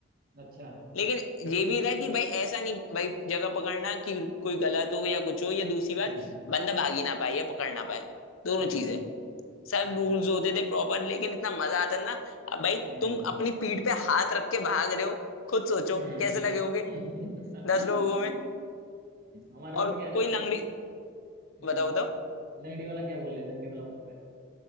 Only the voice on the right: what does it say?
अच्छा
हम्म हम्म
हम्म
हम्म,
अच्छा
हम्म
हम्म
हम्म
हमारे
उसमें क्या
रहता
था हम्म
लंगड़ी वाला क्या बोल रहे लंगड़ी वाला बताओ पहले